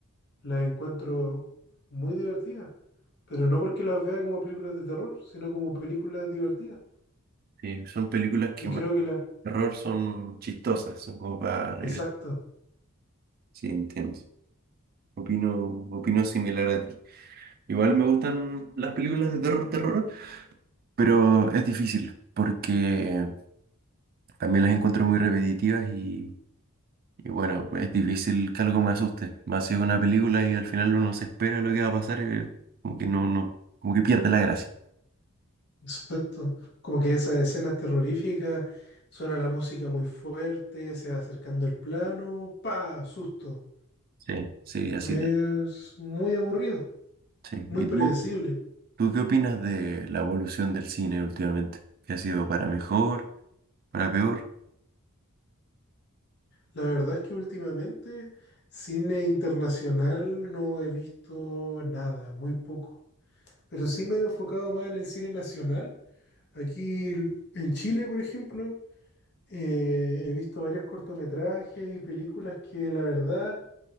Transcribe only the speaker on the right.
Sí, son películas que
terror son chistosas, son como para reír.
Sí, entiendo. Opino, opino similar a ti. Igual me gustan las películas de terror, terror, pero es difícil porque también las encuentro muy repetitivas y, y bueno, pues es difícil que algo me asuste. Más si es una película y al final uno se espera lo que va a pasar y como que no, no, como que pierde la gracia.
Sí, sí, así
de.
Sí.
¿Y
tú, tú qué opinas de la evolución del cine últimamente? ¿Qué ha sido para mejor, para peor?